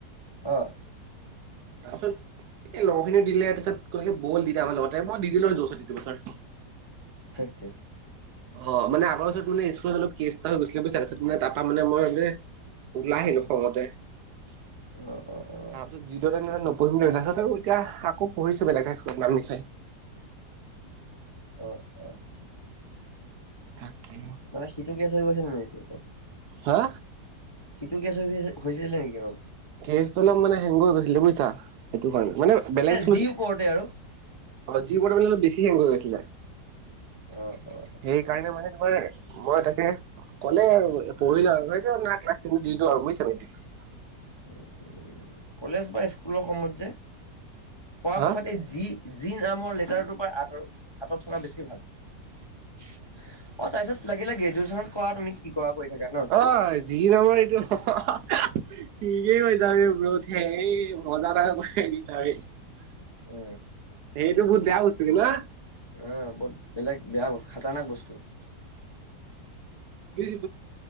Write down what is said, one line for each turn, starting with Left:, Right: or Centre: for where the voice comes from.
Left: অ
Right: তাৰপিছত এই লগৰখিনি দিলে তাৰপিছত গতিকে বল দি দে আমাৰ লগতে মই দি দিলো জছত সিটোবছৰ
Left: সেইটোৱে
Right: অ মানে আগৰ ওচৰত মানে স্কুল অলপ কেছ এটা হৈ গৈছিলে তাৰপিছত মানে তাৰ পৰা মানে মই মানে ওলাই আহিলো খঙতে তাৰ
Left: অ অ অ
Right: পিছত যিদৰে তেনে নপঢ়িম বুলি ভাৱিছিলো দেখাত এতিয়া আকৌ পঢ়িছো বেলেগে স্কুলত নাম লিখে
Left: অহ অ
Right: তাকে
Left: মানে সিটো কেছ হৈ গৈছে নেকি আকৌ
Right: হা
Left: সিটো কেছ হৈ হৈছিলে নেকি বাৰু
Right: কেজটো অলপ মানে হেংগ হৈ গৈছিলে বুইছা সেইটো কাৰণে মানে বেলেগ স্কুল
Left: যি
Right: <unintelligible>
Left: ওপৰতে আৰু
Right: অ যি ব বেল বেছি হয় গৈ আছিলে <unintelligible>
Left: অ অ
Right: সেই কাৰণে মানে তোমাৰ মই তাকে ক'লে আৰু পঢ়িলো আৰু বুজিছ না ক্লাছ ট দিলো আৰু বুজিছা এতিয়া <unintelligible>
Left: উ কলেজ বা স্কুলৰ সময়ত যে পৰাপক্ষত
Right: হা?
Left: এই যি <unintelligible> যি নামৰ লেটাৰটোৰ পৰা আঁতৰ আঁতৰত থকা বেছি ভাল অ তাৰপিছত লাগিলে গ্ৰেজুৱেচনত কৰা তুমি কি <unintelligible> ন
Right: অ যি নমাৰ এইটো <unintelligible> ঠিকেই হৈ যওঁথেই ৰতে মজা এটা যওঁথেই <unintelligible>
Left: অ
Right: সেইটো বহুত বেয়া বস্তু ন
Left: আহ বহুত বেলেগ বেয়া বস্ত খাতনাক বস্তু <unintelligible>
Right: বুজু